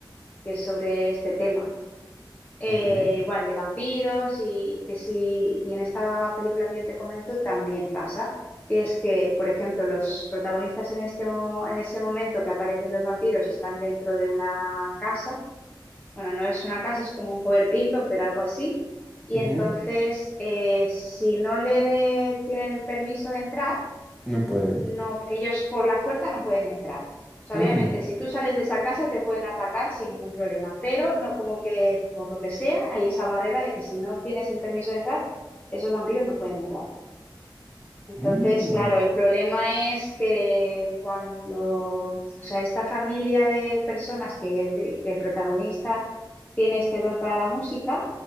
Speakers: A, on the left (about 20°); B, in the centre.
A: que es sobre este tema Eh,
B: Ok.
A: igual de vampiros y que sí, y en esta película que yo te comento también pasa, que es que, por ejemplo, los protagonistas en este mo- en ese momento que aparecen los vampiros están dentro de una casa, bueno, no es una casa, es como un cobertizo, pero algo así, y
B: Ujú,
A: entonces eh, si no le tienen el permiso de entrar
B: No pueden.
A: no, ellos por la fuerza no pueden entrar. O sea,
B: Ah,
A: obviamente, si tú sales de esa casa te pueden atacar sin ningún problema, pero no, como que por lo que sea, hay esa barrera de que si no tienes el permiso de entrar, esos vampiros no pueden entrar. Entonces,
B: mm,
A: claro, el problema es que cuando, o sea, esta familia de personas que, ya te- que el protagonista tiene este don para la música,